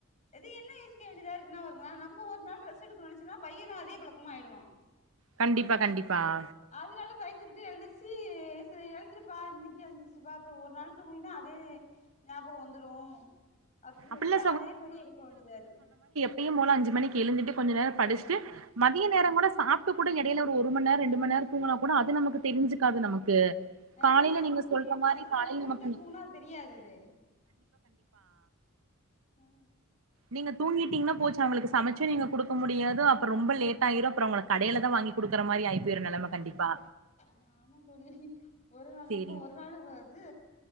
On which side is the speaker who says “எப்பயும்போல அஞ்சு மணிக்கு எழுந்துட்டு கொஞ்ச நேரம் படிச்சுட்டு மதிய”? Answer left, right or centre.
Right